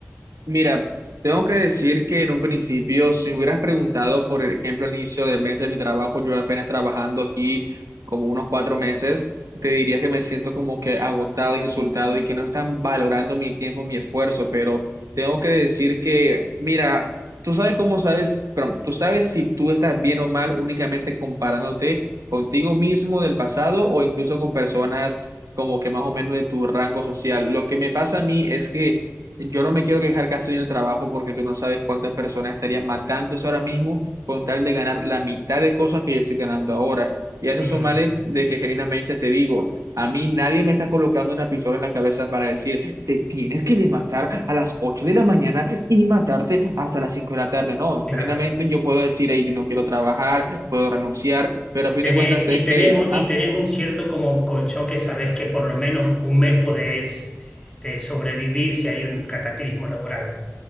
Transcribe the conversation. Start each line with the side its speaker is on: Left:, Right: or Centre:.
Right: Mira, tengo que decir que en un principio, si hubieras preguntado, por ejemplo, al inicio del mes de mi trabajo, yo apenas trabajando aquí como unos cuatro meses, te diría que me siento como que agotado, insultado y que no están valorando mi tiempo, mi esfuerzo, pero tengo que decir que, mira, tú sabes cómo sabes, pero tú sabes si tú estás bien o mal únicamente comparándote contigo mismo del pasado o incluso con personas como que más o menos de tu rango social. Lo que me pasa a mí es que yo no me quiero quejar casi del trabajo porque tú no sabes cuántas personas estarían matándose ahora mismo con tal de ganar la mitad de cosas que yo estoy ganando ahora. Y a eso
Left: Mm.
Right: súmale de que genuinamente te digo, a mí nadie me está colocando una pistola en la cabeza para decir, te tienes que levantar a las 8 de la mañana y matarte hasta las 5 de la tarde. No,
Left: Claro.
Right: genuinamente yo puedo decir, hey, yo no quiero trabajar, puedo renunciar, pero
Left: Y
Right: a fin
Left: tenés,
Right: de cuentas sé
Left: y
Right: que,
Left: tenés un,
Right: ajá,
Left: y tenés un cierto como colchón que sabés que por lo menos un mes podés este, sobrevivir si hay un cataclismo laboral.